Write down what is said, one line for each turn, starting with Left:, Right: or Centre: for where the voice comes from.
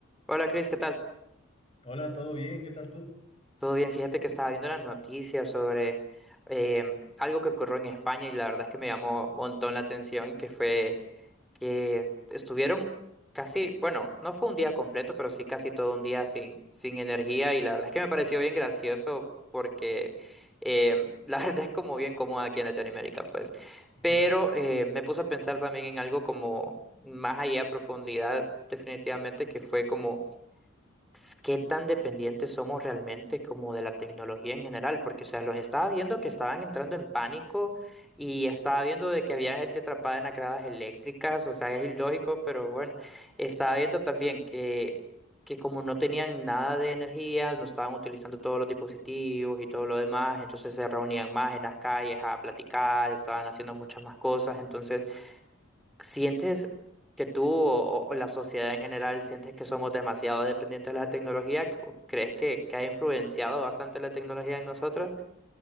Centre: Hola Cris, ¿qué tal?
Left: Hola, ¿todo bien? ¿Qué tal tú?
Centre: Todo bien, fíjate que estaba viendo las noticias sobre em, algo que ocurrió en España y la verdad es que me llamó un montón la atención, que fue que estuvieron casi, bueno, no fue un día completo, pero sí casi todo un día sin, sin energía y la verdad es que me pareció bien gracioso porque em, <laughs> la verdad es como bien cómoda aquí en Latinoamérica, pues.
Left: <laughs>
Centre: Pero eh, me puse a pensar también en algo como más allá a profundidad, definitivamente, que fue como s- qué tan dependientes somos realmente como de la tecnología en general, porque, o sea, los estaba viendo que estaban entrando en pánico y estaba viendo de que había gente atrapada en las gradas eléctricas, o sea, es ilógico, pero bueno, estaba viendo también que, que como no tenían nada de energía, no estaban utilizando todos los dispositivos y todo lo demás, entonces se reunían más en las calles a platicar, estaban haciendo muchas más cosas, entonces... ¿Sientes que tú o, o la sociedad en general sientes que somos demasiado dependientes de la tecnología? ¿O ¿Crees que, que ha influenciado bastante la tecnología en nosotros?